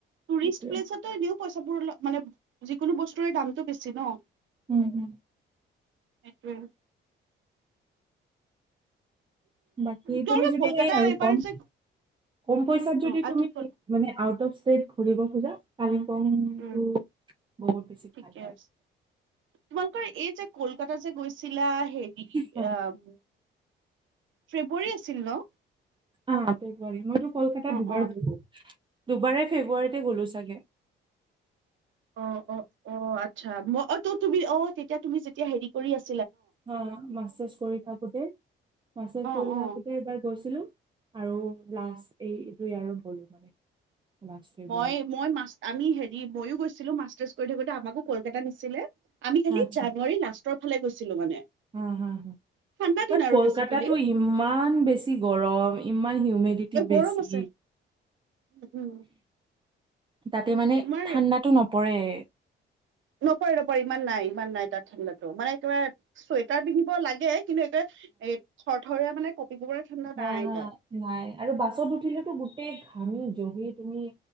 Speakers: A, on the right; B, on the right.
A: টোৰিষ্ট
B: সেইটোৱে
A: প্লেছতটো এনেও পইচা বোৰ অলপ মানে, যিকোনো বস্তুৰে দামটো বেছি ন'।
B: উম হম
A: হেইটোৱেই।
B: বাকী
A: তোমালোকে
B: তুমি যদি
A: কলকাতা
B: সেই আৰু
A: এবাৰ
B: কম,
A: যে
B: কম পইচাত
A: অ
B: যদি
A: আৰু
B: তুমি,
A: কি কল
B: মানে আউট অফ ষ্টেট ঘূৰিব খোজা পাৰে। <unintelligible>
A: উম
B: বহুত বেছি
A: ঠিকে
B: ভালে।
A: আছে তোমালোকৰ এ এই যে কলকাতা যে গৈছিলা হেৰি
B: হা,
A: আহ। ফেব্ৰুৱাৰী আছিল ন?
B: আহ ফেব্ৰুৱাৰী মইটো কলকাতাত
A: অ
B: দুবাৰ
A: অ
B: গ'লো। দুবাৰে ফেব্ৰুৱাৰীতে গ'লোঁ ছাগে। ত
A: অ-অ-অ আচ্ছা ম অ ত তুমি অ তেতিয়া তুমি যেতিয়া হেৰি কৰি আছ
B: হা মাৰ্চচাচ কৰি থাকোতে, মাছেজ
A: অ
B: কৰি
A: অ
B: থাকোতে এইবাৰ গৈছিলো। আৰু লাষ্ট এই দুইয়াৰত হ'ল মানে। লাষ্ট ফেব্ৰুৱাৰী
A: মই, মই মাছ, আমি হেৰি ময়ো গৈছো ছিলো মাষ্টাৰ্চ কৰি থাকোতে আমাকো কলকাতা নিছিলে। আমি খালি
B: আচ্ছা
A: জানুৱাৰী লাষ্ট তৰ ফালে গৈছিলো মানে।
B: হা, হা, হা
A: ঠাণ্ডা দিন
B: বাট
A: আৰু
B: কলকাতাটো
A: বেচিকেলি
B: ইম্মান বেছি গৰম। ইম্মান হিউমিডিটি
A: এ
B: বেছি।
A: গৰম আছে উম উম
B: তাতে মানে,
A: তোমাৰ
B: ঠাণ্ডাটো নপৰে। <inaudible>
A: নপৰে, নপৰে ইমান নাই। ইমান নাই তাত ঠাণ্ডাতো, মানে একেবাৰে ছুৱেট টাৰ পিন্ধিব লাগে, কিন্তু এক এ, এ, থৰথৰিয়া মানে কঁপিব পৰা ঠাণ্ডা
B: হ,
A: নাই
B: হ,
A: তাত
B: নাই আৰু বাছত উঠিলেতো গোটেই ঘামি। যহি তুমি